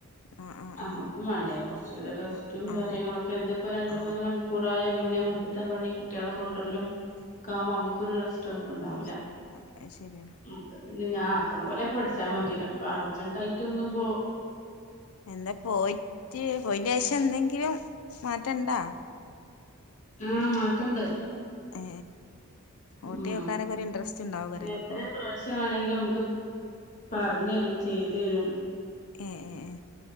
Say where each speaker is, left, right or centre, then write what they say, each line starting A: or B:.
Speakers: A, on the left; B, on the left.
A: ആ ആ
B: നമുക്കും
A: ആ
B: വേണ്ടേ കുറച്ചു റെസ്റ്റും
A: ആ
B: കാര്യങ്ങളൊക്കെ
A: ആ
B: എന്തിപ്പോ രണ്ട്
A: ആ
B: മൂന്ന് മണിക്കൂറായാൽ. പിന്നെ വീട്ടിത്തെ പണി കുട്ടികളെ കൊണ്ടുവരലും. കാം നമുക്കൊരു റെസ്റ്റ് ഒന്നും ഉണ്ടാവില്ല
A: അത് ശരിയാണ്
B: ഉം. ഇന്ന് ഞാൻ ആക്കം പോലെയൊക്കെ പഠിച്ചാൽ മതിയല്ലോ ഇപ്പൊ അർജൻ്റ് ആയിട്ട് ഒന്നും ഇപ്പൊ.
A: എന്താ പോയിട്ട് പോയിന് ശേഷം എന്തെങ്കിലും മാറ്റമുണ്ടോ.
B: ആഹ് മാറ്റമുണ്ട്.
A: ഏ
B: ഉം
A: ഊട്ടി നോക്കാനൊക്കെ ഒരു ഇൻട്രസ്റ്റ് ഉണ്ടാവുകാരല്ലോ
B: പിന്നെ എത്ര
A: ഇപ്പൊ
B: പ്രാവശ്യമാണെങ്കിലും നമുക്ക്. പറഞ്ഞുതരും ചെയ്തുതരും.
A: ഏഹ് ഏഹ്